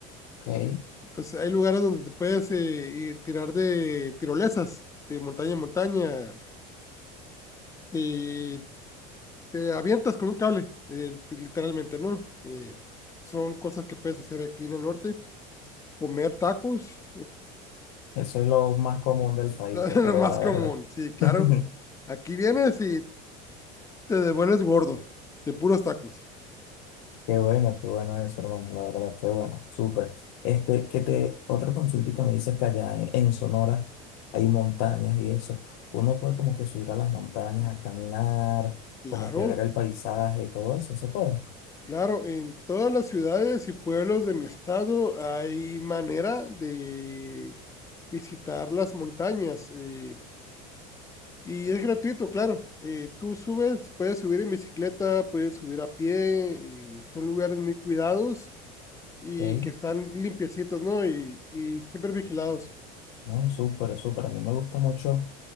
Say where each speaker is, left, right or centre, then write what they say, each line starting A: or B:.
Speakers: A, on the left (about 70°); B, on the left (about 15°).
A: Ok. eh,
B: Entonces hay lugares donde te puedes eh, ir tirar de tirolesas, de montaña en montaña, y te avientas con un cable, eh, ti- literalmente, ¿no? Eh, son cosas que puedes hacer aquí en el norte. Comer tacos,
A: eso es lo más común del país,
B: <laughs>
A: yo
B: lo
A: creo,
B: más
A: la verdad.
B: común, sí, claro.
A: <laughs>
B: Aquí vienes y te devuelves gordo, de puros tacos.
A: Qué bueno, qué bueno eso, hermano, la verdad, qué bueno, súper. Este, que te, otra consultica me dices que allá en, en Sonora hay montañas y eso. Uno puede como que subir a las montañas, a caminar,
B: Claro,
A: como que ver el paisaje, todo eso, se puede.
B: claro, en todas las ciudades y pueblos de mi estado hay manera de visitar las montañas. Eh, Y es gratuito, claro. Eh, tú subes, puedes subir en bicicleta, puedes subir a pie, y son lugares muy cuidados y
A: Ok,
B: que están limpiecitos, ¿no? Y, y siempre vigilados.
A: no, súper, súper. A mí me gusta mucho